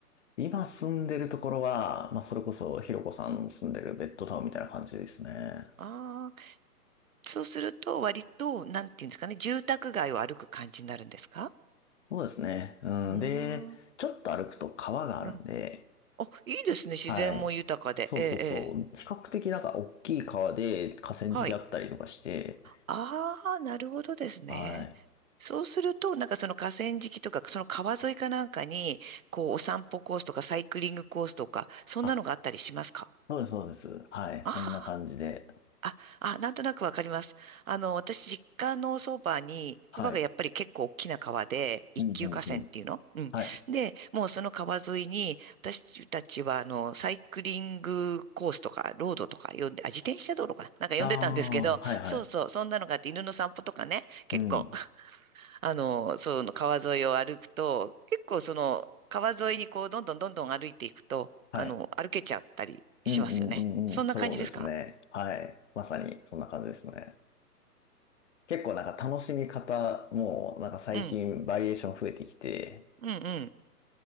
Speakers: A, on the left; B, on the right.
A: 今住んでるところは、まあ、それこそ、ひろこさんの住んでるベッドタウンみたいな感じですね。
B: ああー、そうすると、割と、なんていうんですかね、住宅街を歩く感じになるんですか
A: そうですね。うん。
B: うー
A: で、
B: ん、
A: ちょっと歩くと川があるんで、
B: うん。あいいですね、自然も豊かで。
A: はい。そうそうそう。
B: ええ、ええ。
A: 比較的なんか大きい川で河川敷あったりとかして、
B: はい。ああ、なるほどですね。
A: はい。
B: そうすると、なんかその河川敷とか、その川沿いかなんかに、こう、お散歩コースとか、サイクリングコースとか、そんなのがあったりしますか
A: あ、そうです、そうです。はい。
B: ああー、
A: そんな感じで。
B: あ、あ、なんとなくわかります。あの、私、実家のそばに、
A: はい。
B: そばがやっぱり結構大きな川で、一級河川っていうのうん。
A: うん、うん、うん。はい。
B: で、もうその川沿いに、私たちは、あの、サイクリングコースとか、ロードとか呼んで、あ、自転車道路かななんか呼んでたんですけど、
A: ああ、はい、はい。
B: そうそう、そんなのがあって、犬の散歩とかね、結構、
A: うん。
B: あの、その川沿いを歩くと、結構その、川沿いにこう、どんどんどんどん歩いていくと、
A: はい。
B: あの、歩けちゃったりしますよね。
A: うん、うん、うん、
B: そんな感じですか
A: うん。そうですね。はい。まさに、そんな感じですね。結構なんか楽しみ方もなんか最近バリエーション増えてきて、
B: うん。うんうん。